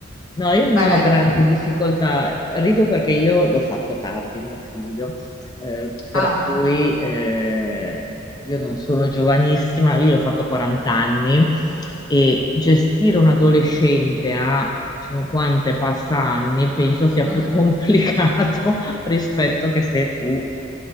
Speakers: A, on the left; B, on the left.
A: No, io non
B: Vai, vai.
A: ho grandi difficoltà, rido perché io l'ho fatto tardi, mio figlio, eh, per
B: Ah,
A: cui eh, io non sono giovanissima, io l'ho fatto 40 anni e gestire un adolescente a 50 e passa anni penso sia
B: mm.
A: più complicato <laughs> rispetto che se tu